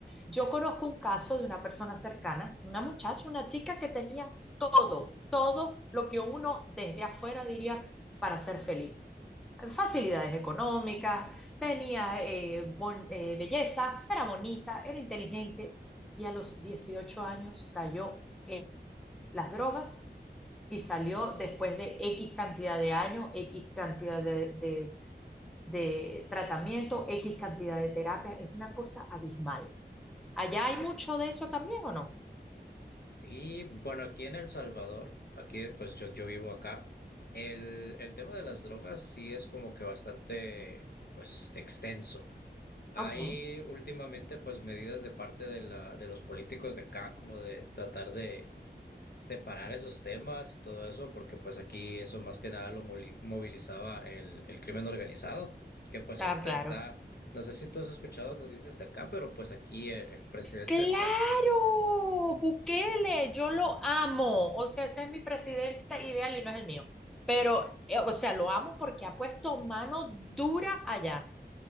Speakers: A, in the centre; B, on the left.
A: Yo conozco un caso de una persona cercana, una muchacha, una chica que tenía todo, todo lo que uno desde afuera diría para ser feliz. Facilidades económicas, tenía eh, bon, eh, belleza, era bonita, era inteligente y a los 18 años cayó las drogas y salió después de X cantidad de años, X cantidad de, de, de tratamiento, X cantidad de terapia. Es una cosa abismal. ¿Allá hay mucho de eso también o no?
B: Sí, bueno, aquí en El Salvador, aquí pues yo, yo vivo acá, el, el tema de las drogas sí es como que bastante pues extenso. Hay
A: Ok,
B: últimamente pues medidas de parte de la, de los políticos de acá como de tratar de separar esos temas y todo eso, porque pues aquí eso más que nada lo moli- movilizaba el, el crimen organizado, que pues
A: ah,
B: ahorita
A: claro.
B: está, no sé si tú has escuchado, nos dices de acá, pero pues aquí el, el presidente
A: Claro,
B: está como,
A: Bukele, yo lo amo. O sea, ese es mi presidente ideal y no es el mío. Pero, eh, o sea, lo amo porque ha puesto mano dura allá.